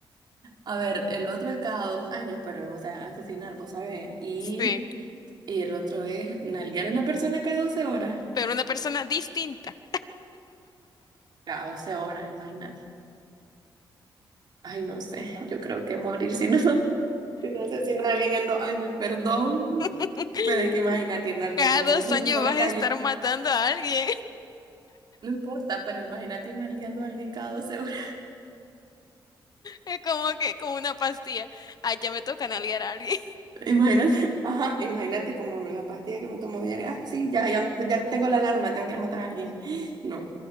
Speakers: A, on the right; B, on the left.
A: A ver, el otro es cada dos años, pero, o sea, asesinar, vos sabés. Y,
B: Sí,
A: y el otro es nalguear a una persona cada 12 horas.
B: pero una persona distinta.
A: Cada doce horas, imagínate. Ay, no sé, yo creo que morir si no, <laughs> si no asesino a alguien en dos años, perdón.
B: <laughs>
A: Pero es que imagínate ir nalgueando
B: Cada
A: a todo
B: dos
A: el mundo
B: años
A: por la
B: vas
A: calle.
B: a estar matando a alguien. <laughs>
A: No importa, pero imagínate ir nalgueando a alguien cada 12 horas.
B: Es como que, como una pastilla. Ay, ya me toca nalguear a alguien.
A: Imagínate, <laughs> ajá, imagínate como la pastilla que me tomo diaria. ah sí, ya, ya, me- ya tengo la alarma, tengo que ir a matar a alguien. <gasps> No.